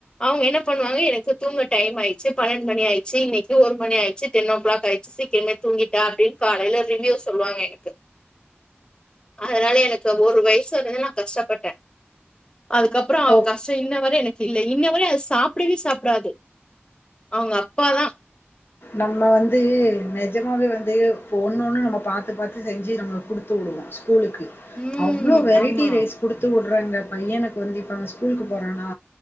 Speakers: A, on the left; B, on the left.
A: அவுங்க என்ன பண்ணுவாங்க எனக்கு தூங்க டைமாயிச்சி பன்னெண்ட் மணி ஆயிச்சி இன்னைக்கு ஒரு மணி ஆயிச்சி டென்னோ கிளாக் ஆயிச்சி சீக்கிர்மே தூங்கிட்டா அப்டின் காலைல ரிவ்யூ சொல் வாங்க எனக்கு அதுனால எனக்கு ஒரு வயசாகவே நா கஷ்டப்பட்டே அதுக்கப்றோ அவ
B: ஓ
A: கஷ்டோ இன்ன வர எனக்கில்ல இன்ன வர அது சாப்டவே சாப்டாது அவங்க அப்பாதா
B: நம்ம வந்து நெஜமாவே வந் து ஒன்னொன்னு நம்ம பாத்து பாத்து செஞ்சி நம்ம குடுத்து உடுவோ ஸ்கூலுக்கு
A: ம்
B: அவ்ளோ வெரைட்டி
A: ஆமா
B: ரைஸ் குடுத்து உட் கற அந்த பையனுக்கு வந்து இப்ப அவ ஸ்கூலுக்கு போறானா